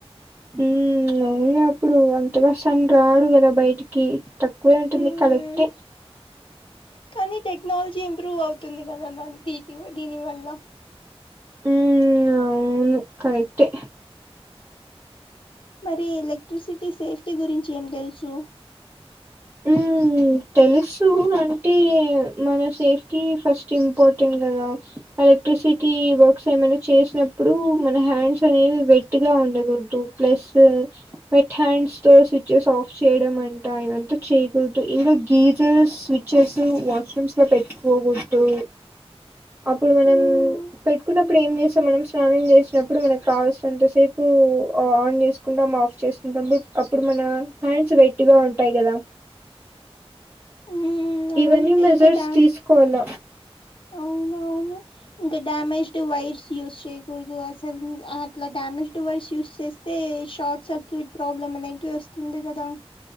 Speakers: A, on the right; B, on the left.
A: మ్ అవులే అప్పుడు అంతగా సను రాడు కదా బయటికి తక్కువే ఉంటుంది
B: మ్మ్,
A: కరేక్టే
B: కానీ టెక్నాలజీ ఇంప్రూవ్ అవుతుంది కదా దా దీ దీని వల్ల
A: మ్ అవును కరెక్ట్ే
B: మరి ఎలక్ట్రిసిటీ సేఫ్టీ గురించి ఏం తెలుసు
A: మ్ మ్ తెలుసు అంటే మన సేఫ్టీ ఫస్ట్ ఇంపార్టెంట్ కదా ఎలక్ట్రిసిటీ వర్క్స్ ఏమైనా చేసినప్పుడు మన హ్యాండ్స్ అనేవి వెట్ గా ఉండకూడదు ప్లస్ మట్ హ్యాండ్స్ తో స్విచెస్ ఆఫ్ చేయడం అంట ఇవంతా చేయకూడదు ఇంకా గీజర్స్ స్విచెస్ వాష్రూమ్స్ లో పెట్టుకోకూడదు అప్పుడు మనం
B: మ్మ్,
A: పెట్టుకున్నప్పుడు ఏం చేస్తాం మనం స్నానం చేసినప్పుడు మనకు కావాల్సినంతసేపు ఆన్ చేసుకుంటాం ఆఫ్ చేసుకుంటాం అప్పుడు మన హ్యాండ్స్ వెైట్గా ఉంటాయి కదా
B: మ్మ్, అవును
A: ఇవన్నీ మెజర్స్
B: ఇంకా డా
A: తీసుకోవాల
B: అవునవును ఇంకా డ్యామేజ్డ్ వైర్స్ యూస్ చేయకూడదు అస్ అట్లా డ్యామేజ్డ్ వైర్స్ యూస్ చేస్తే షార్ట్ సర్క్యూట్ ప్రాబ్లం అనేటివి వస్తుంది కదా